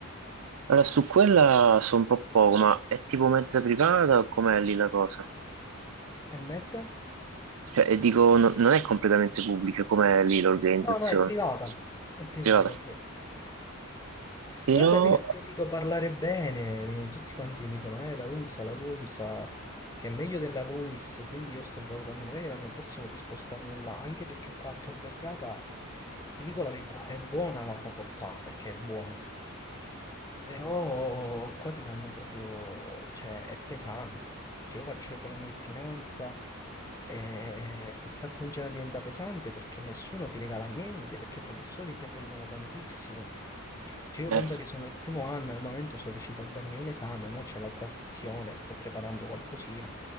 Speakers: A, on the right; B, on the left.
A: allora su quella so un po' poco, ma è tipo mezza privata o com'è lì la cosa?
B: E mezza?
A: Cioè, e dico, no- non è completamente pubblica, com'è lì l'organizzazione?
B: No, no, è privata, è privata,
A: È privata.
B: sì.
A: Però,
B: Però capito, ho sentito parlare bene, mi- tutti quanti mi dicono, eh, la LUMSA, la LUMSA, che è meglio della LUIS, quindi io sto valutando magari l'anno prossimo di spostarmi là, anche perché qua a Tor Vergata, ti dico la verità, è buona la facoltà, perché è buona, però qua ti fanno proprio, cioè è pesante. Cioè, io faccio economia e finanza e sta cominciando a diventare pesante perché nessuno ti regala niente, perché i professori pretendono tantissimo. Cioè, io
A: eh,
B: conto che sono al primo anno, al momento sono riuscito a darmi un esame, mo c'è l'altra sessione, sto preparando qualcosina,